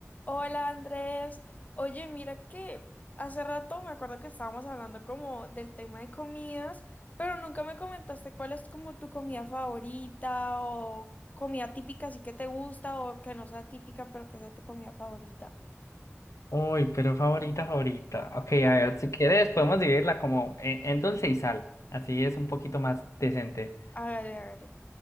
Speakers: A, on the left (about 30°); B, on the left (about 85°).
A: Hola Andrés, oye mira que hace rato me acuerdo que estábamos hablando como del tema de comidas, pero nunca me comentaste cuál es como tu comida favorita o comida típica sí que te gusta o que no sea típica pero que sea tu comida favorita.
B: Uy, pero favorita, favorita. Ok, a
A: Ah,
B: ver, si quieres podemos dividirla como en, en dulce y sal. Así es un poquito más decente.
A: Hágale, hágale.